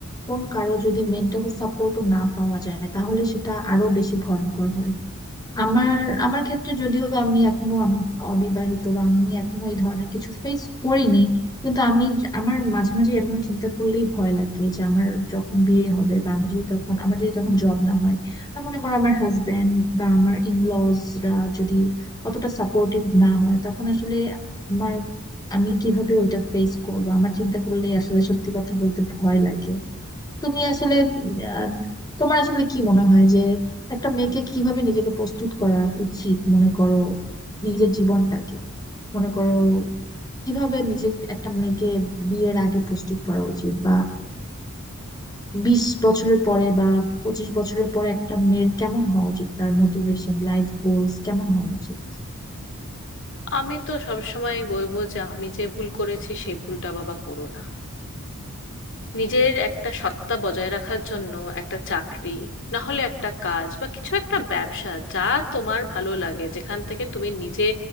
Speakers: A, on the left; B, on the left.
A: কোন কারো যদি মেন্টাল সাপোর্টও না পাওয়া যায় তাহলে সেটা আরো বেশি ভয়ঙ্কর হয় আমার আমার ক্ষেত্রে যদিও আমি এখনো আম- অবিবাহিত বা আমি এখনো এই ধরনের কিছু ফেস করিনি কিন্তু আমি য- আমার মাঝে মাঝে এমন চিন্তা করলেই ভয় লাগে যে আমার যখন বিয়ে হবে বা আমি যদি তখন আমার যদি তখন জব না হয় বা মনে করো আমার হাজবেন্ড বা আমার ইনলজরা যদি অতটা সাপোর্টিভ না হয় তখন আসলে আমার আমি কিভাবে ওইটা ফেস করবো আমার চিন্তা করলেই আসলে সত্যি কথা বলতে ভয় লাগে তুমি আসলে আহ, তোমার আসলে কি মনে হয় যে একটা মেয়েকে কিভাবে নিজেকে প্রস্তুত করা উচিত মনে করো নিজের জীবনটাকে মনে করো কিভাবে নিজে একটা মেয়েকে বিয়ের আগে প্রস্তুত করা উচিত বা বিশ বছরের পরে বা পঁচিশ বছরের পরে একটা মেয়ের কেমন হওয়া উচিত তার মোটিভেশন লাইফ গোলস কেমন হওয়া উচিত
B: আমি তো সবসময় বলবো যে আমি যে ভুল করেছি সেই ভুলটা বাবা করো না নিজের একটা সত্তা বজায় রাখার জন্য একটা চাকরি না হলে একটা কাজ বা কিছু একটা ব্যবসা যা তোমার ভালো লাগে যেখান থেকে তুমি নিজে